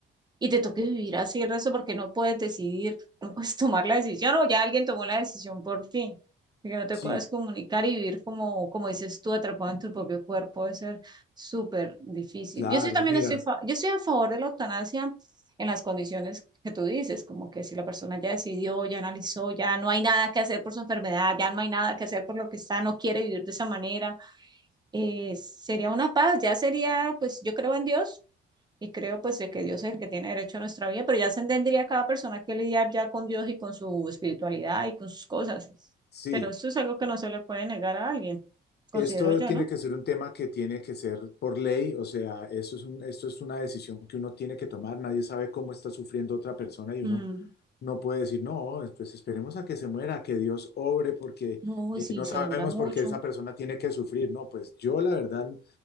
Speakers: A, on the right; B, on the left.
A: y te toque vivir así el resto porque no puedes decidir, <laughs> no puedes tomar la decisión o ya alguien tomó la decisión por ti. Y que no te
B: Sí,
A: puedas comunicar y vivir como, como dices tú, atrapado en tu propio cuerpo, debe ser súper difícil.
B: claro,
A: Yo sí también
B: mira,
A: estoy, fa- yo estoy a favor de la eutanasia en las condiciones que tú dices, como que si la persona ya decidió, ya analizó, ya no hay nada que hacer por su enfermedad, ya no hay nada que hacer por lo que está, no quiere vivir de esa manera eh, sería una paz, ya sería, pues yo creo en Dios y creo pues de que Dios es el que tiene derecho a nuestra vida, pero ya se tendría cada persona que lidiar ya con Dios y con su espiritualidad y con sus cosas.
B: sí.
A: Pero eso es algo que no se le puede negar a alguien, considero
B: Esto
A: yo,
B: tiene
A: ¿no?
B: que ser un tema que tiene que ser por ley, o sea, eso es un, esto es una decisión que uno tiene que tomar. Nadie sabe cómo está sufriendo otra persona y uno
A: Mm,
B: no puede decir, no, pues esperemos a que se muera, que Dios obre, porque
A: No,
B: eh,
A: y sí,
B: no
A: se
B: sabemos
A: demora mucho.
B: por qué esa persona tiene que sufrir. No, pues yo la verdad,